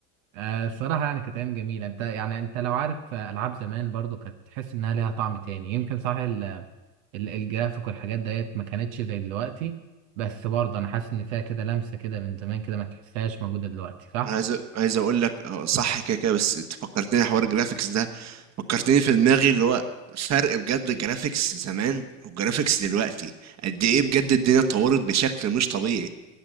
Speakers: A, on the right (about 80°); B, on the right (about 40°).
A: آه، الصراحة يعني كانت أيام جميلة أنت يعني أنت لو عارف آه، ألعاب زمان برضو كانت تحس إنها ليها طعم تاني يمكن صح ال- ال- الجرافيك والحاجات ديت ما كانتش زي دلوقتي بس برضه أنا حاسس إن فيها كده لمسة كده من زمان كده ما تحسهاش موجودة دلوقتي صح؟
B: انا عايز عايز اقول لك اه صح كده كده بس انت فكرتني حوار الجرافيكس ده فكرتني في دماغي اللي هو فرق بجد الجرافيكس زمان والجرافيكس دلوقتي قد ايه بجد الدنيا اتطورت بشكل مش طبيعي